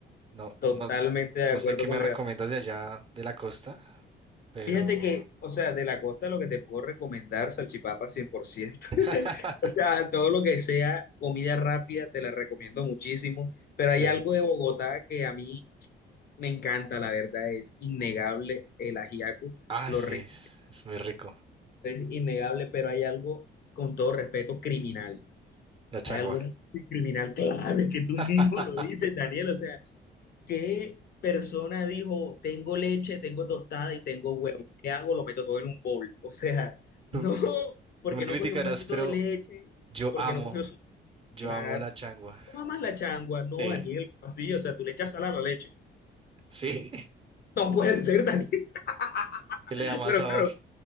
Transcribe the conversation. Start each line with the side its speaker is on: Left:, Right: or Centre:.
Right: No,
Left: Totalmente
Right: no,
Left: de
Right: No
Left: acuerdo
Right: sé qué
Left: con
Right: me
Left: la
Right: recomiendas de allá de la costa, pero
Left: Fíjate que, o sea, de la costa lo que te puedo recomendar, salchipapa cien por ciento
Right: <laughs>
Left: <laughs> O sea, todo lo que sea comida rápida, te la recomiendo muchísimo. Pero
Right: sí.
Left: hay algo de Bogotá que a mí me encanta, la verdad, es innegable el ajiaco,
Right: Ah,
Left: lo
Right: sí,
Left: rico
Right: es muy rico.
Left: es innegable, pero hay algo, con todo respeto, criminal.
Right: La changua.
Left: Hay algo muy criminal, claro, es que tú mismo
Right: <laughs>
Left: lo dices, Daniel, o sea, ¿Qué persona dijo, tengo leche, tengo tostada y tengo huevo? ¿Qué hago? Lo meto todo en un bowl. O sea, <laughs>
Right: Tú,
Left: no, porque
Right: tú me criticarás,
Left: no cogió un vasito
Right: pero
Left: de leche,
Right: yo
Left: porque
Right: amo,
Left: no cogió su...
Right: yo
Left: Claro,
Right: amo la changua.
Left: toma más la changua, no,
Right: Sí,
Left: Daniel, así, o sea, tú le echas sal a la leche.
Right: sí, <laughs>
Left: No puede ser, Daniel,
Right: que
Left: <laughs>
Right: le da más
Left: pero
Right: sabor.
Left: claro,